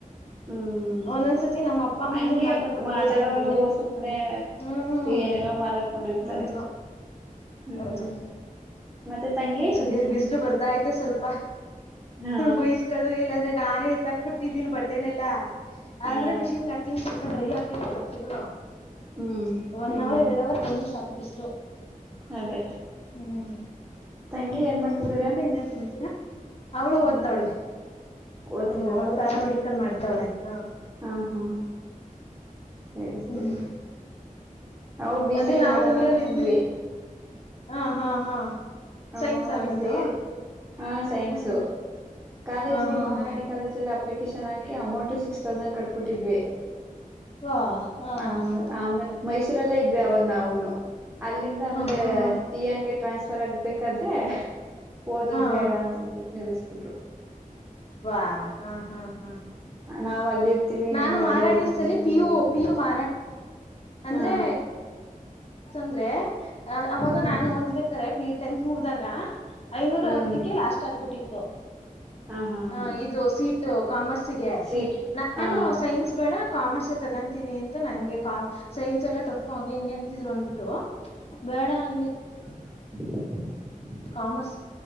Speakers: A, on the right; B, on the left.
A: ಹ್ಮ್
B: ಒಂದೊಂದ್ಸತಿ ನಮ್ಮ ಅಪ್ಪ
A: ಹಂಗೆ
B: ಮುಂದಿರ್ ಮಾತಾಡ್ವಾಗ
A: ಮಾತಾಡೋರು
B: ಬೇಜಾರಾಗಬಿಡ್ದ
A: ಸುಮ್ನೆ
B: ಹ್ಮ್ ಹ್ಮ್
A: ಏನೇನೋ ಮಾತಾಡ್ಕೊಂಡಿರ್ತಾರೆ
B: ಹೌದು
A: ಹ್ಮ್
B: ಹೌದು
A: ಮತ್ತೆ ತಂಗಿ
B: ಸದ ಬಿಸಲು ಬರ್ತಾ ಐತೆ ಸ್ವಲ್ಪ
A: ಹಾ
B: ಬಯಸ್ಗಳು ಎಲ್ಲಾದ ನಾನೇ ಎತ್ತಾಕ್ಬಿಟ್ಟಿದ್ದೀನ್ ಬಟ್ಟೆನೆಲ್ಲಾ
A: ಹಾ
B: ಅಂದ್ರೆ ಮಿಷಿನ್ ಹಾಕಿನ್ ಡ್ರೈಯಾಗ ಒ
A: ಹ್ಮ್
B: ಒನ್
A: ಹ್ಮ್
B: ಅವರ್ ಎರಡು ಅವರ್ ಬನ್ನಿ ಸಾಕು ಬಿಸಲು
A: ಅದೇ
B: ಹ್ಮ್
A: ತಂಗಿ ಏನ್ ಮಾಡ್ತಿದಾರ
B: ಮತ್ತೆ ಇನ್ನೇನ್ ಸಮಾಚಾರ ಅವಳು ಓದ್ತವಳೆ
A: ಏನ್ ಓದ್ತಿದಾರಾ
B: ಹ್ಮ ಅವಳು ಪ್ಯಾರಾಮೆಡಿಕಲ್
A: ಸರಿ
B: ಮಾಡ್ತಾವಳೆ ಹಾ
A: ಹಾ ಹಾ ಸರಿ ಸರಿ
B: ಹ್ಮ್
A: ನಾವು ಬಿಸ
B: ಅದೇ
A: ಎ
B: ನಾವು
A: ಮಾಡೋಣ
B: ಊರಲ್ಲಿ
A: ಅನ್ಕೊಂಡ್ವಿ
B: ಇದ್ದೀವಿ ಹಾ ಹಾ ಹಾ
A: ಹಾ
B: ಸೈನ್ಸಾ ನಿಮ್ದು
A: ಸೇರಿ ಹಾ ಸೈನ್ಸ್
B: ಹ್ಮ್
A: ಕಾಲೇಜಿಗೆ
B: ಹಾ ಹಾ
A: ಮಹಾರಾಣಿ
B: ಹಾ
A: ಕಾಲೇಜಲ್ಲಿ ಅಪ್ಲಿಕೇಶನ್ ಹಾಕಿ ಅಮೌಂಟ್ ಸಿಕ್ಸ್ತೌಜನ್ ಕಟ್ಬಟ್ಟ್. ಕಟ್ಟಿದ್ವೀ.
B: ವಾ ಹಾ ಹಾ
A: ಆಮೇಲೆ ಆಮೇಲೆ. ಮೈಸೂರಲ್ಲೇ ಇದ್ವಿ ಅವಾಗ ನಾವುೂನು. ಅಲ್ಲಿಂದ ಆಮೇಲೆ
B: ಹಾ ಹಾ
A: ಟ ಎನ್ ಗೆ ಟ್ರಾನ್ಸ್ಫ. ರ ಆಾಗಬೇಕಾದ್ರೆ. ಓದದ್ ಬೇಡ
B: ಹಾ
A: ಅಂತ ನಿಲ್ಸ್ಬ ಓಕು.
B: ವಾ ಹ್ಮ ಹಾ ಹಾ್.
A: ನಾವ್ ಅಲ್ಲಿ ಇರ್ತೀವಿ
B: ನಾನು
A: ನೀನ್ ಒಬ್ಳೇ
B: ಮಾರಾಣಿಸಲ್ಲಿ
A: ಎಲ್ಲಿ ಮೈಸೂರಲ್ಲಿ
B: ಪ ಯು
A: ಇರೋದು
B: ಪ ಯು ಮ. ಅಂದ್ರೆ.
A: ಹಾ
B: ಂದ್ರೆ ಅವಾಗ
A: ಹ್ಮ
B: ನಾನು ಓದ್ಬೇಕಾರೆ ಪಿ ಟೆಂತ್ ಮುಗ್ದಾಗ. ಐನೂರು
A: ಹ್ಮ್
B: ಹತ್ತಕ್ಕೆ ಲಾಸ್ಟ್ ಆಗ್ಬಿಟ್ಟಿತ್ತು.
A: ಹಾ ಹಾ
B: ಸ. ಹ
A: ಹಾ
B: ಇದು ಸೀಟು ಕಾಮರ್ಸ್ಗೆ
A: ಸೀಟ್
B: ನ.
A: ಹಾ
B: ನಾನು ಸೈನ್ಸ್ ಬೇಡ ಕಾಮರ್ಸ್ ತಗೊಂತೀನಿ ಅಂತ ನಂಗೆ ಕಾಮ. ಸೈನ್ಸ್ ಎಲ್ಲ ಟಫ್ ಹಂಗ ಹೆಂಗೆ ಅಂತಿದ್ರು ಅಂದ್ಬಿಟ್ಟು. ಬೇಡ ನನ್ಗೆ.
A: ಹ್ಮ್ಮ್.
B: ಕಾಮೆ